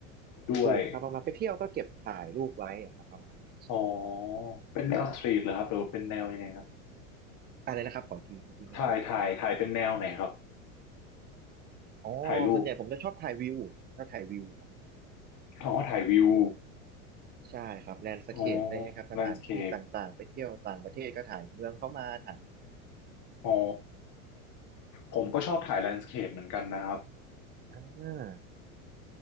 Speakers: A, on the left (about 45°); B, on the right (about 25°).
A: ด้วย
B: ถูกครับประมาณไปเที่ยวก็เก็บถ่ายรูปไว้อะครับประมาณนั้นเฉย
A: อ๋อเป็นแนวสตรีทเหรอครับหรือว่าเป็นแนวยังไงครับ
B: ๆอะไรนะครับขออีกทีเมื่อกี้ไม่ชัด
A: ถ่ายถ่ายถ่ายเป็นแนวไหนครับ
B: อ๋อส่วนใหญ่ผมจะชอบถ่ายวิวชอบถ่ายวิว
A: ถ่ายรูปอ๋อถ่ายวิว
B: ใช่ครับแลนด์สเคปอะไรเงี้ยครับสถานที่ต่างๆไปเที่ยวต่างประเทศก็ถ่ายเมืองเข้ามาถ่ายนั้น
A: อ๋อแลนด์สเคป อ๋อผมก็ชอบถ่ายแลนด์สเคปเหมือนกันนะครับ
B: อ่า